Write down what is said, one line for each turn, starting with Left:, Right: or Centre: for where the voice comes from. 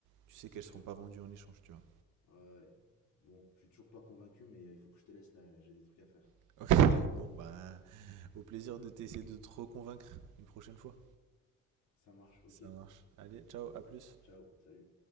Right: Tu sais
Left: c'est
Right: qu'elles
Left: sûr.
Right: seront pas vendues en échange, tu vois.
Left: Ouais. Bon, je suis toujours pas convaincu, mais il faut que je te laisse là, j'ai des trucs à faire.
Right: <laughs> Ok, bon, ben, au plaisir de t'essayer de te reconvaincre une prochaine fois.
Left: Ça marche, ok.
Right: Ça marche. Allez, ciao, à plus.
Left: Ciao, salut.